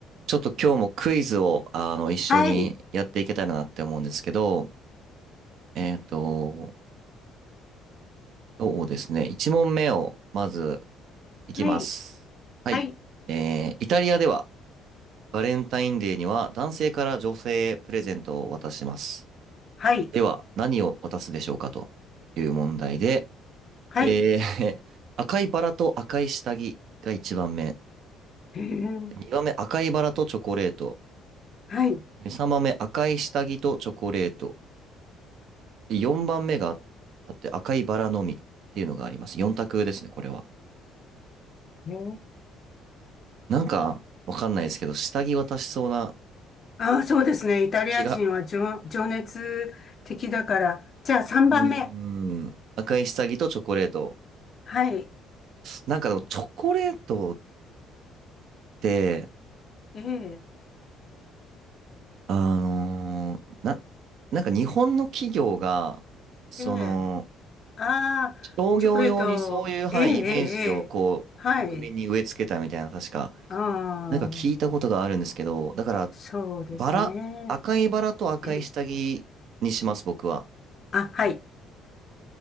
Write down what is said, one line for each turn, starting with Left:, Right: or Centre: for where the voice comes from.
Right: ちょっと今日もクイズを、あの、一緒にやっていけたらなって思うんですけど、
Left: はい。
Right: えっと、そうですね。1問目をまずいきます。
Left: はい。
Right: はい。
Left: はい。
Right: えー、イタリアではバレンタインデーには男性から女性へプレゼントを渡します。
Left: はい。
Right: では、何を渡すでしょうかという問題で、
Left: はい。
Right: えー <laughs> 赤いバラと赤い下着が1番目。
Left: へえ。
Right: 2番目、赤いバラとチョコレート。
Left: はい。
Right: 3番目、赤い下着とチョコレート。で、4番目があって、赤いバラの実っていうのがあります。4択ですね、これは。
Left: へえ。
Right: なんか、わかんないですけど、下着渡しそうな
Left: ああ、そうですね。イタリア人は情、
Right: 気が。
Left: 情熱的だから。じゃあ3番目。
Right: うーん。赤い下着とチョコレート。
Left: はい。
Right: なんかでも、チョコレートって、
Left: ええ、
Right: あのーな、なんか日本の企業が、その、
Left: ええ。ああ、
Right: 商業用にそういう、
Left: チョコレート。
Right: はい、
Left: ええ、ええ、
Right: イメージをこう、
Left: ええ。はい。
Right: 国民に植え付けたみたいな、確か、
Left: ああ、
Right: なんか聞いたことがあるんですけど、だから、
Left: そうですね。
Right: バラ、赤いバラと赤い下着にします、
Left: <clears throat>
Right: 僕は。
Left: あ、はい。